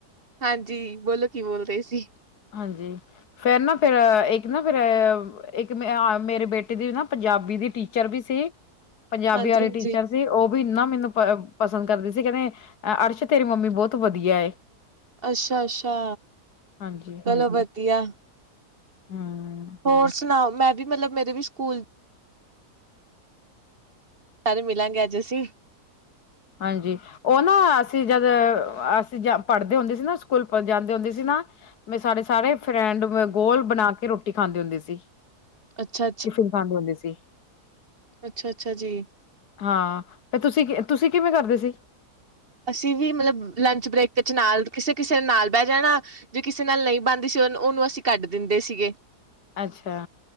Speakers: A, on the right (about 35°); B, on the left (about 75°).
A: ਹਾਂਜੀ, ਬੋਲੋ ਕੀ ਬੋਲਦੇ ਸੀ।
B: ਹਾਂਜੀ, ਫੇਰ ਨਾ ਫੇਰ ਏਕ ਨਾ ਫੇਰ ਏਕ ਮ ਅ ਮੇਰੇ ਬੇਟੇ ਦੀ ਨਾ ਪੰਜਾਬੀ ਦੀ ਟੀਚਰ ਵੀ ਸੀ ਪੰਜਾਬੀ
A: ਹਾਂਜੀ-ਹਾਂਜੀ
B: ਵਾਲੇ ਟੀਚਰ ਸੀ ਉਹ ਵੀ ਏਨਾ ਮੈਨੂੰ ਪ ਪਸੰਦ ਕਰਦੀ ਸੀ ਕੇਂਦੇ ਅਰਸ਼ ਤੇਰੀ ਮੰਮੀ ਬੋਤ ਵਧੀਆ ਏ।
A: ਅੱਛਾ-ਅੱਛਾ,
B: ਹਾਂਜੀ
A: ਚਲੋ ਵਧੀਆ।
B: ਹੂੰ।
A: ਹੋਰ ਸੁਣਾਓ, ਮੈਂ ਵੀ ਮਤਲਬ ਮੇਰੇ ਵੀ ਸਕੂਲ ਸਾਰੇ ਮਿਲਾਂਗੇ ਅੱਜ ਅਸੀਂ।
B: ਹਾਂਜੀ। ਓ ਨਾ ਅਸੀਂ ਜਦ ਅਸੀਂ ਪੜ੍ਹਦੇ ਹੁੰਦੇ ਸੀ ਨਾ, ਸਕੂਲ ਜਾਂਦੇ ਹੁੰਦੇ ਸੀ ਨਾ ਮੈਂ ਸਾਰੇ-ਸਾਰੇ ਫਰੈਂਡ ਮ ਗੋਲ ਬਣਾ ਕੇ ਰੋਟੀ ਖਾਂਦੀ ਹੁੰਦੀ ਸੀ।
A: ਅੱਛਾ-ਅੱਛਾ,
B: ਟਿਫਿਨ ਖਾਂਦੇ ਹੁੰਦੇ ਸੀ
A: ਅੱਛਾ-ਅੱਛਾ ਜੀ।
B: ਹਾਂ ਫੇਰ ਤੁਸੀਂ ਕਿ ਤੁਸੀਂ ਕਿਵੇਂ ਕਰਦੇ ਸੀ।
A: ਅਸੀਂ ਵੀ ਮਤਲਬ ਲੰਚ ਬ੍ਰੇਕ ਵਿੱਚ ਨਾਲ ਕਿਸੇ-ਕਿਸੇ ਦੇ ਨਾਲ ਬੈਹ ਜਾਣਾ। ਜੇ ਕਿਸੇ ਨਾਲ ਨਈ ਬਣਦੀ ਸੀ ਓਨੂੰ, ਓਨੂੰ ਅਸੀਂ ਕੱਢ ਦਿੰਦੇ ਸੀਗੇ।
B: ਅੱਛਾ,